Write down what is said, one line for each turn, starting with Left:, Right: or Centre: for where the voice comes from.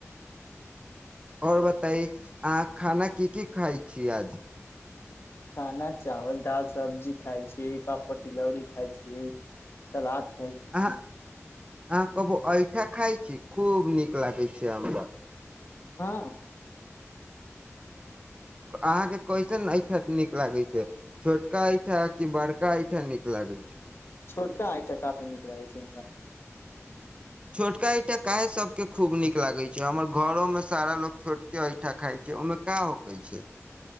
Right: और बताई अहाँ खाना की की खाय छी आज।
Left: खाना चावल, दाल, सब्जी खाय छी, पापड़, तिलौरी खाय छी, सलाद खाय छी।
Right: अहाँ अहाँ कभो ऐठाँ खाय छी, खूब नीक लागै छै हमरा।
Left: हाँ।
Right: क अहाँ के कैसन ऐठ <unintelligible> नीक लागै छै। छोटका ऐंठा कि बड़का ऐंठा नीक लागै छै।
Left: छोटका ऐंठा काफी नीक लागै छै हमरा।
Right: छोटका ऐंठा काहे सबके खूब नीक नीक लागै छै, हमर घरोमे सारा लोग छोटके ऐंठा खाय छै, ओय मे का होकै छै।